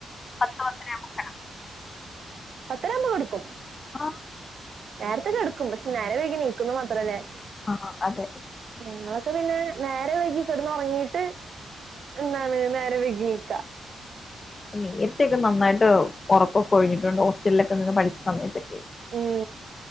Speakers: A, on the left; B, on the right.
A: പത്ത് പത്തെര ആകുമ്പോൾ കിടക്കും
B: പത്തെര ആകുമ്പോ കിടക്കും
A: ആഹ്
B: നേരത്തെ കിടക്കും പക്ഷേ നേരം വൈകി എണീക്കുമെന്ന് മാത്രം അല്ലേ
A: ആഹ് അതെ
B: ഞങ്ങളൊക്കെ പിന്നെ നേരം വൈകി കിടന്നുറങ്ങീട്ട് എന്താണ് നേരം വൈകി ണീക്ക
A: നേരത്തെയൊക്കെ നന്നായിട്ട് ഉറക്കൊക്കെ ഒഴിഞ്ഞിട്ടുണ്ട് ഹോസ്റ്റലിൽ നിന്നൊക്കെ പഠിച്ച സമയത്ത്
B: ങ്